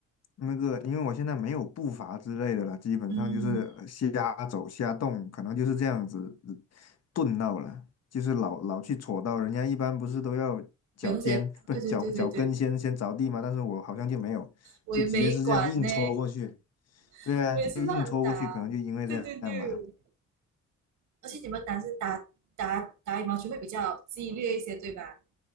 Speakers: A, on the left (about 55°); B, on the right (about 80°).
A: 那个，因为我现在没有步伐之类的了，基本上就是呃瞎走瞎动，
B: 嗯，
A: 可能就是这样子呃顿到了，就是老老去戳到，人家一般不是都要脚尖，
B: 有那些对对对对对，
A: 不是脚脚跟先先着地吗？但是我好像就没有，
B: 我也没管呢，
A: 就直接是这样硬戳过去。
B: <laughs>
A: 对啊，
B: 我也是乱打。
A: 就硬戳过去，可能就因为这样吧。
B: 对对对。而且你们男生打打打羽毛球会比较激烈一些，对吧？